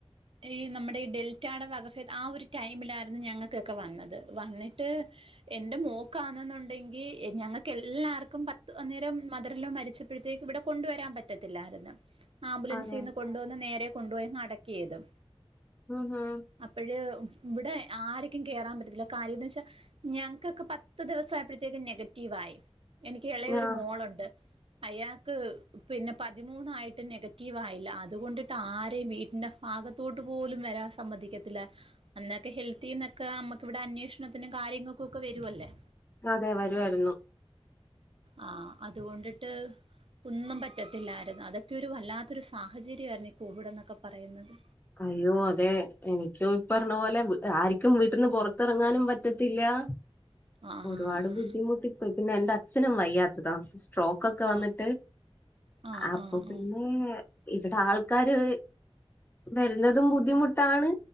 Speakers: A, on the right (about 60°); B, on the left (about 20°).
A: ഈ നമ്മടെ ഈ ഡെൽറ്റായുടെ വകഫേദം. ആ ഒരു ടൈമിലായിരുന്നു ഞങ്ങക്കൊക്കെ വന്നത്. വന്നിട്ട് എന്റെ മോക്കാന്നെന്നുണ്ടെങ്കി ഞങ്ങക്കെല്ലാർക്കും പത്ത് അന്നേരം മദർ ഇൻ ലോ മരിച്ചപ്പഴത്തേക്ക് ഇവിടെ കൊണ്ട് വരാൻ പറ്റത്തില്ലാര്ന്ന്. ആംബുലൻസീന്ന്
B: അതെ
A: കൊണ്ട് വന്ന് നേരെ കൊണ്ടുപോയങ്ങ് അടക്കിയതും.
B: ഉം ഉം
A: അപ്പഴ് ഇവിടെ ആര്ക്കും കേറാൻ പറ്റത്തില്ല കാര്യംന്ന് വെച്ചാ ഞങ്ങക്കൊക്കെ പത്ത് ദിവസം ആയപ്പഴത്തേക്ക് നെഗറ്റീവ് ആയി. എനിക്ക് എളയ ഒരു
B: ആ
A: മോളുണ്ട്. അയാക്ക് പിന്നെ പതിമൂന്നായിട്ട് നെഗറ്റീവായി ല്ല. അതുകൊണ്ടിട്ട് ആരെയും വീട്ടിന്റെ ഫാഗത്തോട്ട് പോലും വരാൻ സമ്മതിക്കത്തില്ല. അന്നൊക്കെ ഹെൽപ് ത്തീന്നൊക്കെ നമ്മക്കിവിടെ അന്വേഷണത്തിനും കാര്യങ്ങക്കു ഒക്കെ വരുവല്ലേ.
B: അതെ വരുവായിരുന്നു.
A: ആഹ് അത്കൊണ്ടിട്ട് ഒന്നും പറ്റത്തില്ലായിരുന്നു. അതൊക്കെയൊരു വല്ലാത്തൊരു സാഹചര്യവായിരുന്നു ഈ കോവിഡ് എന്നൊക്കെ പറയുന്നത്.
B: അയ്യോ അതെ. എനിക്കോ ഇപ്പറഞ്ഞ പോലെ ആരിക്കും വീട്ട്ന്ന് പൊറത്തിറങ്ങാനും പറ്റത്തില്ലാ
A: ആഹ്
B: ഒരുപാട് ബുദ്ധിമുട്ടിപ്പോയി. പിന്നെ എന്റച്ഛനും വയ്യാത്തതാ. സ്ട്രോക്കൊക്കെ വന്നിട്ട്.
A: ആഹ് ആഹ്
B: അപ്പൊ
A: ആഹ്
B: പിന്നേ
A: ആഹ്
B: ഇവിടെ ആൾക്കാര് വര്ന്നതും ബുദ്ധിമുട്ടാണ്.